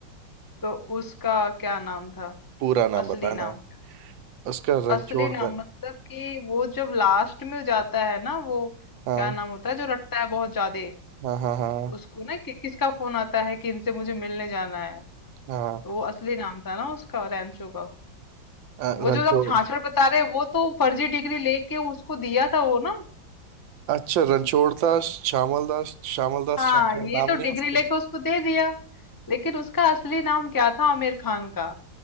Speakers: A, on the left; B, on the right.
A: तो उसका क्या नाम था
B: पूरा नाम
A: असली
B: बताना
A: नाम
B: उसका रणछोड़
A: असली नाम
B: दास
A: मतलब कि वो जब लास्ट में जाता है ना वो क्या
B: हाँ
A: नाम होता है जो रटता है बहुत ज्यादा
B: हाँ हाँ हाँ
A: उसको ना कि, किसका फोन आता है कि इनसे मुझे मिलने जाना है
B: हाँ
A: तो वो असली नाम था ना उसका रैंचो का
B: अ,
A: वो
B: रणछोड़
A: जो आप छाछड़ बता रहे हैं, वो तो फर्जी डिग्री लेके उसको दिया था वो ना
B: अच्छा रणछोड़ दास श्यामल दास श्यामल दास
A: हाँ
B: छाछड़
A: ये
B: नाम
A: तो
B: नहीं
A: डिग्री
B: है उसके
A: लेके उसको दे दिया लेकिन उसका असली नाम क्या था आमिर खान का